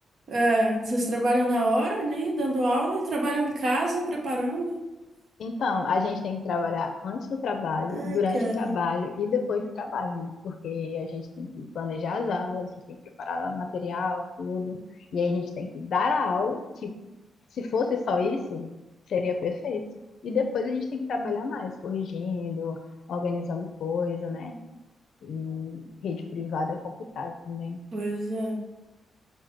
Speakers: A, on the right; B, on the left.
A: é, vocês trabalham na hora ali, dando aula, e trabalham em casa, preparando.
B: Então, a gente tem que trabalhar antes do trabalho,
A: Ai,
B: durante
A: cara.
B: o trabalho e depois do trabalho, né? Porque a gente tem que planejar as aulas, a gente tem que preparar material, tudo. E aí a gente tem que dar a aula, tipo, se fosse só isso, seria perfeito. E depois a gente tem que trabalhar mais, corrigindo, organizando coisa, né? E rede privada é complicado também.
A: Pois é.